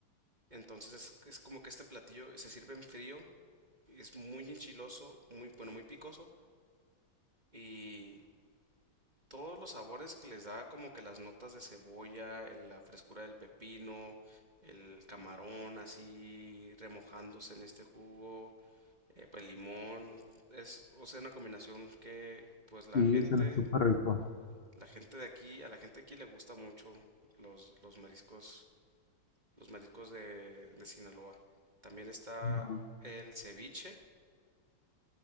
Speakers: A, on the right; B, on the left.
A: entonces es, es como que este platillo se sirve en frío, y es muy enchiloso, muy bueno, muy picoso y todos los sabores que les da, como que las notas de cebolla, el- la frescura del pepino, el camarón así remojándose en este jugo. eh, pues limón, es, o sea, una combinación que pues la
B: y
A: gente,
B: suena súper rico.
A: la gente de aquí, a la gente de aquí le gusta mucho los, los mariscos, los mariscos de, de Sinaloa. También está
B: No.
A: el ceviche.